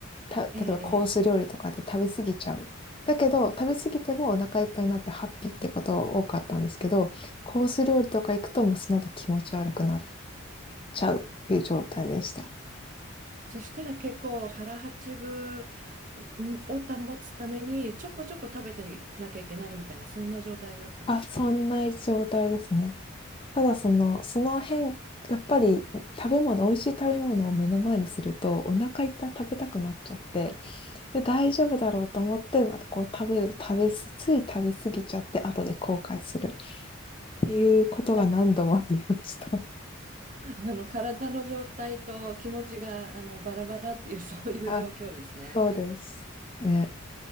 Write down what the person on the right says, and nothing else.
ええ、ええ
そしたら結構腹八分を保つためにちょこちょこ食べてなきゃいけないみたいな、そんな状態だったんですか
<laughs> なあの体の状態と気持ちがあのバラバラっていうそういう状況ですね。